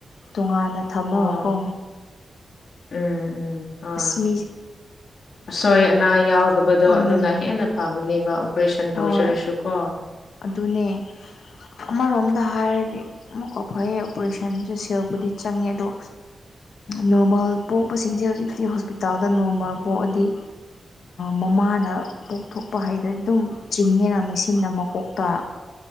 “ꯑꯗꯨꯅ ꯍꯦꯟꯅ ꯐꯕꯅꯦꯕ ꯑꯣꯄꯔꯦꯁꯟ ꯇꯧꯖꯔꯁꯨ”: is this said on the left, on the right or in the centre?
Left